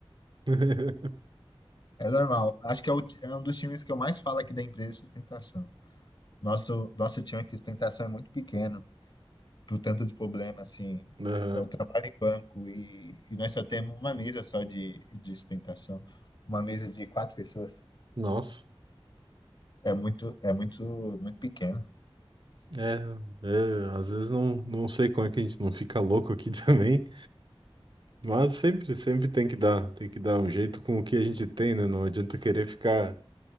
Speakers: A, on the right (about 55°); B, on the left (about 50°).
A: <laughs>
B: É normal. Acho que é, o ti- é um dos times que eu mais falo aqui da empresa, sustentação. Nosso, nosso time aqui, sustentação, é muito pequeno, pro tanto de problema, assim.
A: Aham.
B: Eu trabalho em banco e, e nós só temos uma mesa só de, de sustentação. Uma mesa de quatro pessoas.
A: Nossa.
B: É muito, é muito, muito pequeno.
A: É, é, às vezes não, não sei como é que a gente não fica louco aqui <laughs> também, mas sempre, sempre tem que dar, tem que dar um jeito com o que a gente tem, né? Não adianta querer ficar